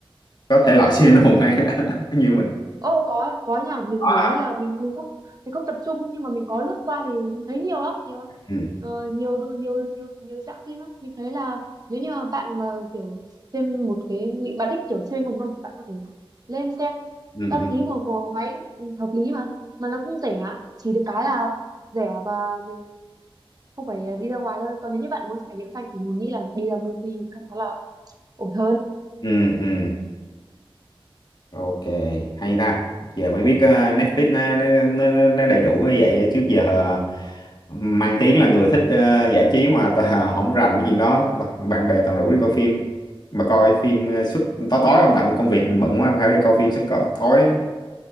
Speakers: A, on the left; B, on the right.
A: có thể loại <laughs> siêu anh hùng hay <laughs> như mình
B: Ô có có nha, mình
A: có
B: để ý
A: hả
B: là mình mình không mình không tập trung nhưng mà mình có lướt qua thì mình thấy nhiều lắm, nhiều lắm.
A: ừ
B: Ờ, nhiều đồ nhiều nhiều nhiều dạng phim lắm. Mình thấy là nếu như mà bạn mà kiểu xem một cái bị bạn thích kiểu siêu anh hùng không thì bạn có thể lên xem
A: ừ
B: đăng
A: ừ
B: ký một bộ váy ừ, hợp lý mà mà nó cũng rẻ, chỉ được cái là rẻ và mình không phải đi ra ngoài thôi. Còn nếu như bạn muốn trải nghiệm xanh thì mình nghĩ là đi ra movie khá khá là ổn hơn.
A: ừ ừ. ok hay ta giờ mới biết ờ, Netflix nó nó, nó nó đầy đủ như vậy trước giờ ờ, mang tiếng là người thích ờ, giải trí mà ta, không rành cái chuyện đó Toàn- bạn bè toàn rủ đi coi phim mà coi phim ờ, suốt tối tối không tại mình công việc mình bận quá không phải đi coi phim suốt co- tối